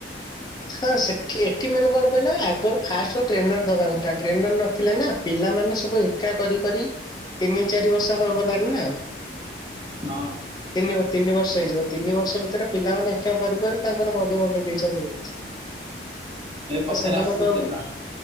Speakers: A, on the left; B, on the right.
A: ହଁ ସେଠି ଏଠି ମାନେ କଣ କହିଲ ଆଗରୁ ଫାଷ୍ଟ ଟ୍ରେନର ଦବା କଥା ଟ୍ରେନର ନଥିଲେ ନା। ପିଲାମାନେ ସବୁ ଏକା କରି କରି ତିନି ଚାରି ବର୍ଷ ହବାକୁ ଗଲାଣି ନା
B: ହଁ।
A: ତିନି ବ ତିନି ବର୍ଷ ହେଇଯିବ ତିନି ବର୍ଷ ଭିତରେ ପିଲାମାନେ ଏକା କରି କରି ତାଙ୍କର ବଡି ବନେଇ ଦେଇଛନ୍ତି ବି।
B: ଏ ପଛରେ
A: ଆ ସେମାନଙ୍କୁ
B: ଆସୁଛନ୍ତି
A: ଆଉ
B: ଟ୍ରେନର